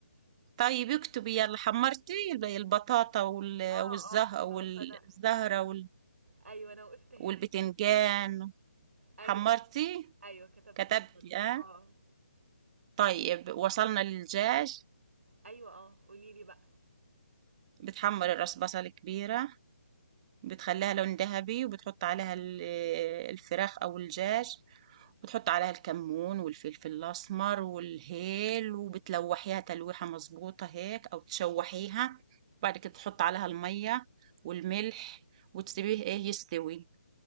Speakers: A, on the right (about 25°); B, on the right (about 70°).
A: طيب اكتبي يلا حمرتي الب- البطاطا وال-
B: اه
A: والزه
B: اه خلاص
A: والزهرة
B: انا
A: وال-
B: ايوه انا وقفت هنا
A: والبتنجان
B: ايوه
A: حمرتي
B: ايوه كتبت
A: كتبتي
B: ده كله
A: اه
B: اه
A: طيب وصلنا للدجاج
B: ايوه اه قولي لي بقى
A: بتحمر الراس بصل كبيرة بتخليها لون ذهبي وبتحط عليها ال- الفراخ او الدجاج وتحط عليها الكمون والفلفل الاسمر والهيل وبتلوحيها تلويحة مظبوطة هيك او تشوحيها وبعد كده تحط عليها المية والملح وتسيبيه ايه يستوي